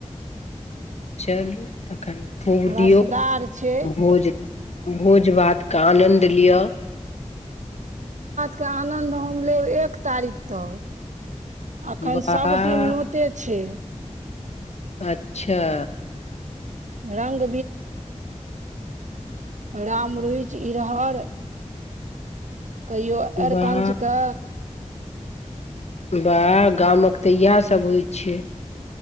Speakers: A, on the left; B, on the right.
A: चलू तखैन खूब
B: रसदार
A: दियौ
B: छै
A: भोज, भोज भात के आनन्द लिय।
B: ते आनन्द हम लेब एक तारीख तक, अखैन
A: वाह
B: सब दिन नोते छै।
A: अच्छा।
B: रंग रामरुचि, इरहर कहियो अरकंचके
A: वाह वाह गामक त इएह सब होइ छै।